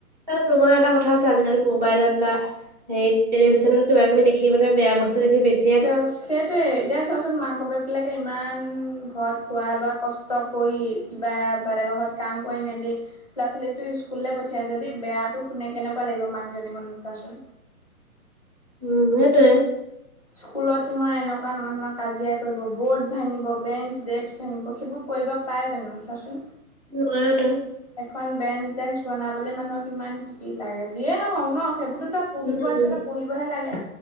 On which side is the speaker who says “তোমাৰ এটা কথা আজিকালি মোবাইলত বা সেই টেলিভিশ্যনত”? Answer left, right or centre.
Right